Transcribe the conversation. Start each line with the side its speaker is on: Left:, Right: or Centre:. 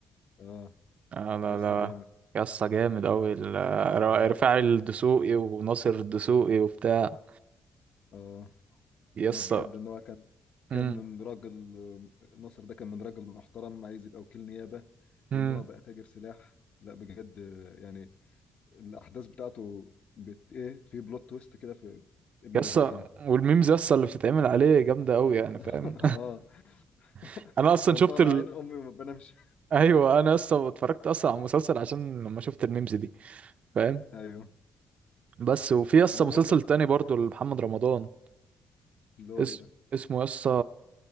Left: اه
Right: آه لا
Left: يا اسطى
Right: لا
Left: جامد
Right: يا اسطى جامد قوي
Left: اه
Right: رفاعي الدسوقي وناصر الدسوقي وبتاع
Left: اه
Right: يا اسطى
Left: يعني بجد ان هو كان
Right: امم
Left: كان من راجل ناصر ده كان من راجل محترم عايز يبقى وكيل نيابة لان
Right: امم
Left: هو بقى تاجر سلاح لا بجد يعني الاحداث بتاعته بت ايه في بلوت تويست كده في ابن
Right: يا
Left: لذينه
Right: اسطى والميمز يا اسطى اللي بتتعمل عليه جامده قوي يعني
Left: <laughs>
Right: فاهم
Left: اه <laughs>
Right: <laughs> انا اصلا
Left: انا
Right: شفت
Left: طالع
Right: ال...
Left: عين امي وما بنامش
Right: ايوه انا اصلا اتفرجت اصلا على المسلسل عشان لما شفت الميمز دي فاهم
Left: ايوه
Right: بس وفي اصلا
Left: العموم
Right: مسلسل
Left: بقى
Right: تاني برضو لمحمد رمضان
Left: اللي هو
Right: اسم
Left: ايه ده
Right: اسمه يسا